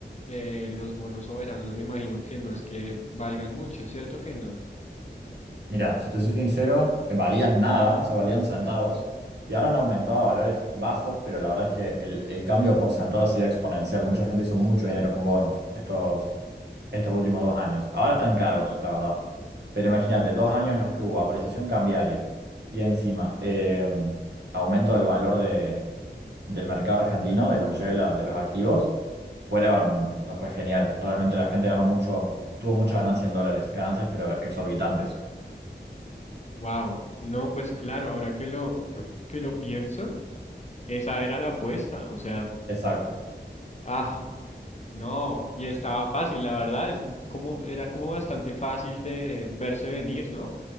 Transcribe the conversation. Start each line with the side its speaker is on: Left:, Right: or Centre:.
Left: eh, los bonos soberanos me imagino que no es que valgan mucho, ¿cierto que no?
Right: Mira, si te soy sincero, eh, valían nada, o sea, valían centavos, y ahora han aumentado a valores bajos, pero la verdad es que el, el cambio porcentual ha sido exponencial. Mucha gente hizo mucho dinero con bonos estos, estos últimos dos años. Ahora están caros, la verdad. Pero imagínate, dos años en los que hubo apreciación cambiaria y encima eh, aumento del valor de, del mercado argentino, de la mayoría de, la- de los activos, fueron, o sea, fue genial. Realmente la gente ganó mucho, tuvo mucha ganancia en dólares, ganancias pero exorbitantes.
Left: Wow, no, pues claro, ahora que lo que lo pienso, esa era la apuesta, o sea,
Right: Exacto.
Left: ah, No, y estaba fácil, la verdad, es como, era como bastante fácil de verse venir, ¿no?